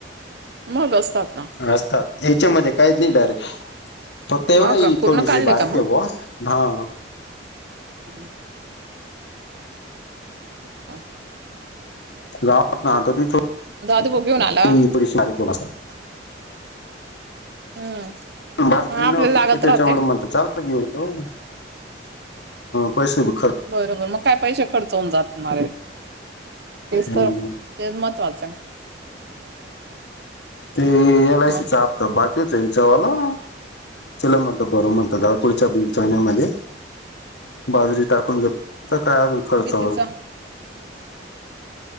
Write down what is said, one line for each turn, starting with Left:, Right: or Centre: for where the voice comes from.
Right: मग असतात ना.
Left: असतात याच्यामध्ये काहीच नाही डायरेक्ट फक्त एवढं
Right: हा
Left: ह
Right: का पूर्ण
Left: थोडीशी
Right: काढले
Left: बारक
Right: का
Left: आहे
Right: मग
Left: ब. हाव.
Right: हम्म ह
Left: <inaudible>
Right: दादू भाऊ घेऊन आला हम्म
Left: बाजारी
Right: आपल्याला
Left: नव्हती
Right: लागत
Left: त्याच्यामुळे
Right: राहते
Left: म्हणत चाललं घेऊ पैसे ब
Right: बरोबर मग काय पैसे खर्च हून जातणारे तेच
Left: हम्म.
Right: तर तेच महत्त्वाचं आहे
Left: ते एल आय
Right: मग
Left: सी चा हफ्ता बाकीच विचावाला तिला म्हणतो भरू म्हणतो जरा पुुढच्या बीडच्या येण्यामध्ये बाजरी टाकून घेतो काय खर्च
Right: कितीचा